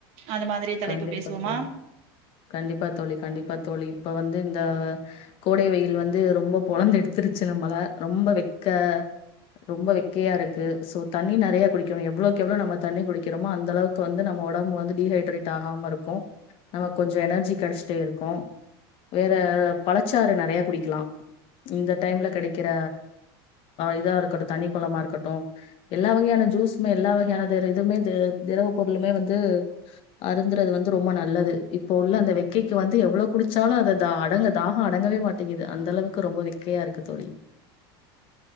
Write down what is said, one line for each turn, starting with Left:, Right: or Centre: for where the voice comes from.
Right: அந்த மாதிரி தலைப்பு
Left: கண்டிப்பா
Right: பேசுவோமா
Left: தோழி, கண்டிப்பா தோழி, கண்டிப்பா தோழி, இப்ப வந்து த கோடை வெயில் வந்து ரொம்ப பொழந்து எடுத்துருச்சு நம்மள. ரொம்ப வெக்க ரொம்ப வெக்கையா இருக்கு சோ தண்ணி நெறைய குடிக்கணும் எவ்வளோக்கு எவ்வளோ நம்ம தண்ணி குடிக்கிறோமோ அந்த அளவுக்கு வந்து நம்ம உடம்பு வந்து டீஹைட்ரேட் ஆகாம இருக்கும் நமக்கு கொஞ்சம் எனர்ஜி கிடைச்சிட்டே இருக்கும் வேற பழச்சாரு ந நெறையா குடிக்கலாம் இந்த டைம்ல கிடைக்கிற இதா இருக்கட்டும் தண்ணி பழமா இருக்கட்டும் எல்லா வகையான ஜூஸுமே எல்லா வகையான த இதுமே திரவ பொருளுமே வந்து அருந்துறது வந்து ரொம்ப நல்லது இப்போ உள்ள அந்த வெக்கைக்கு வந்து எவ்வளவு குடிச்சாலும் அதை த அடங்க தாகம் அடங்கவே மாட்டேங்குது அந்த அளவுக்கு ரொம்ப வெக்கையா இருக்கு தோழி.